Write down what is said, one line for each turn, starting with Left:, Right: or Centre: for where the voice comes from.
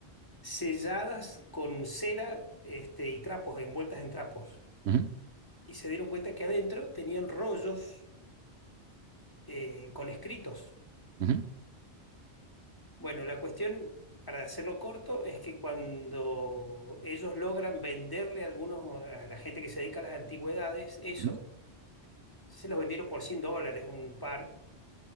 Left: selladas con cera, este, y trapos, envueltas en trapos.
Right: ujú,
Left: Y se dieron cuenta que adentro tenían rollos eh, con escritos.
Right: ujú,
Left: Bueno, la cuestión, para hacerlo corto, es que cuando ellos logran venderle a algunos, a la gente que se dedica a las antigüedades, eso,
Right: ujú,
Left: se los vendieron por 100 dólares, un par.